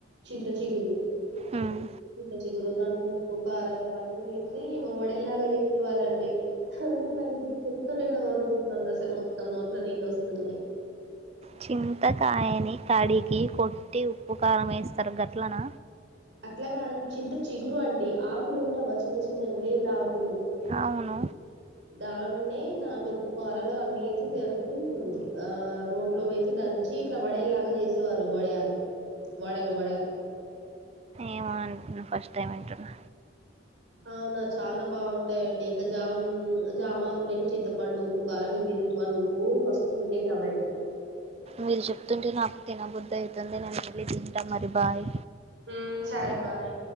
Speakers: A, on the right (about 80°); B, on the right (about 35°).
A: చింత చిగురు
B: హ్మ్
A: చింత చిగురు దాంట్లో ఉప్పు కారం అవన్నీ వేసి వడేల్లాగా చేసే వాళ్ళండి. నా చెప్తుంటే నోరు ఊరుతుంది అసలు మొత్తం నోట్ల నీళ్ళు వస్తున్నాయి.
B: చింతకాయని తాడికి కొట్టి ఉప్పు కారం వేస్తారు గట్లన్న.
A: అట్లా కాదండి చింత చిగురు అండి ఆకులు ఉండవా చిన్న చిన్న లేత ఆకులు.
B: అవును
A: దాన్నే దాంట్లో ఉప్పుకరలు అన్ని వేసి దన్ని ఆ రోడ్లో వేసి దంచి ఇట్లా వడేలులాగా చేసేవారు వడయాలు వడలు వడలు.
B: ఏమో అంటున్నా ఫస్ట్ టైం వింటున్నా.
A: అవునా చాలా బాగుంటాయండి ఇంకా జామ్ జామాకులు ఇంకా చింతపండు ఉప్పు కారంమే దీనంత వాళ మస్తు ఉండేట అవి అయితే.
B: మీరు చెప్తూంటే నాకు తినబుద్ధి అవుతుంది నేను వెళ్ళి తింటా మరి బాయ్.
A: హ్మ సరే బాయ్.